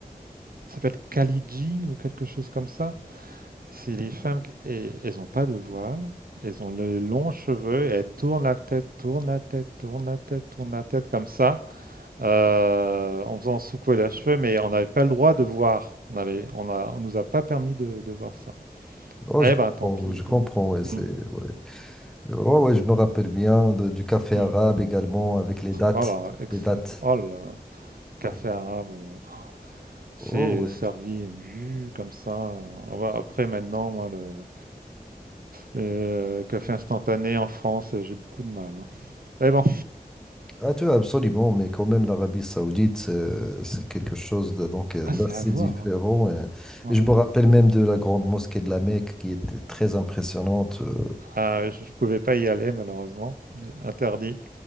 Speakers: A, on the right; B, in the centre.
A: ça s'appelle Kaliji ou quelque chose comme ça. Si les femmes, qui- et, elles ont pas de voile, elles ont les longs cheveux, et elles tournent la tête, tournent la tête, tournent la tête, tournent la tête comme ça, euh, en faisant secouer leurs cheveux, mais on n'avait pas le droit de voir. On avait, on a, on nous a pas permis de, de voir ça.
B: Oh,
A: Ah,
B: je
A: Eh
B: comprends,
A: ben, tant pis.
B: je
A: écoute.
B: comprends. ouais, c'est,
A: Mm,
B: ouais. Ouais, ouais, je me rappelle bien de- du café
A: mm.
B: arabe également avec les dates,
A: Oh là, excellent.
B: les dates.
A: Oh là, là. café
B: Donc,
A: arabe, euh, c'est
B: oh, ouais.
A: servi euh, comme ça. Ah ouais, Après, maintenant, moi, le, le café instantané en France, j'ai beaucoup de mal. hein. Mais bon,
B: Ah, tu absolument, mais quand même l'Arabie Saoudite, c'est c'est quelque chose de- donc euh,
A: ah,
B: d'assez
A: c'est à voir.
B: différent.
A: hein.
B: euh.
A: Ouais,
B: Et,
A: ouais.
B: je me rappelle même de la grande mosquée de la Mecque qui était très impressionnante. euh.
A: Ah, je, je pouvais pas y aller malheureusement, interdit